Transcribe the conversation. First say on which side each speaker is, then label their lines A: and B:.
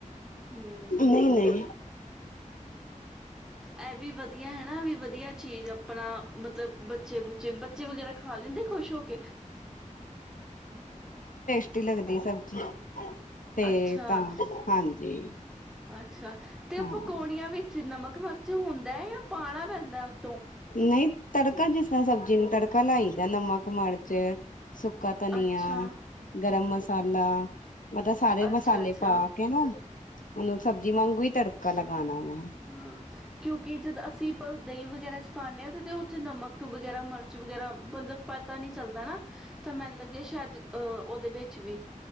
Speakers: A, in the centre; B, on the left.
A: ਹੂੰ।
B: ਨਹੀਂ ਨਹੀਂ
A: ਇਹ ਵੀ ਵਧੀਆ ਹਨਾ ਵੀ ਵਧੀਆ ਚੀਜ਼ ਅਪਣਾ ਮਤਲਬ ਬੱਚ- ਬੱਚੇ ਬੁੱਚੇ ਬੱਚੇ ਵਗੈਰਾ ਖਾ ਲੈਂਦੇ ਖੁਸ਼ ਹੋ ਕੇ
B: ਰੋਟੀ ਲੱਗਦੀ ਸਬਜ਼ੀ ਤੇ
A: ਅੱਛਾ
B: ਤਾਂ ਹਾਂਜੀ
A: <unintelligible> ਅੱਛਾ ਤੇ
B: ਹਾਂ
A: ਪਕੌੜੀਆਂ ਵਿੱਚ ਨਮਕ ਮਿਰਚ ਹੁੰਦਾ ਹੈ ਜਾਂ ਪਾਉਣਾ ਪੈਂਦਾ ਉਤੋਂ
B: ਨਹੀਂ ਤੜਕਾ ਜਿਸ ਤਰ੍ਹਾਂ ਸਬਜ਼ੀ ਨੂੰ ਤੜਕਾ ਲਾਈ ਦਾ ਨਮਕ ਮਰਚ ਸੁੱਕਾ ਧਨੀਆ
A: ਅੱਛਾ
B: ਗਰਮ ਮਸਾ ਮਸਾਲਾ ਮਤਲਬ ਸਾਰੇ
A: ਅੱਛਾ
B: ਮਸਾਲੇ
A: ਅੱਛਾ
B: ਪਾ ਕੇ ਨਾ ਉਹਨੂੰ ਸਬਜ਼ੀ ਵਾਂਗੂ ਈ ਤੜਕਾ ਲਗਾਣਾ ਏ
A: ਹਾਂ ਕਿਉਂਕਿ ਜਦ ਅਸੀਂ ਆਪਾਂ ਦਹੀਂ ਵਗੈਰਾ ਚ ਪਾਦੇ ਆ ਤੇ ਉਦੇ ਚ ਨਮਕ ਵਗੈਰਾ ਮਿਰਚ ਵਗੈਰਾ ਮਤਲਬ ਪਤਾ ਨੀ ਚੱਲਦਾ ਤਾਂ ਮੈਨ ਲੱਗਿਆ ਸ਼ਾਇਦ ਅਹ ਉਹਦੇ ਵਿੱਚ ਵੀ